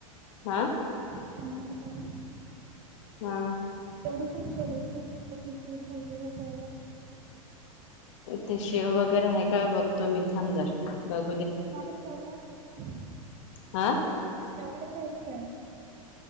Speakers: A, on the left; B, on the right.
A: हा
B: शंकरपाळ्या
A: हा
B: एवढूशेच केलं ना ते पिशेत भरलेल्या तेवढा
A: ते शेव वगैरे आहे का बघतो मी थांब जर बघ
B: नाय पण तेवढ्याचच
A: आं
B: एवढ्याच आहेत काय?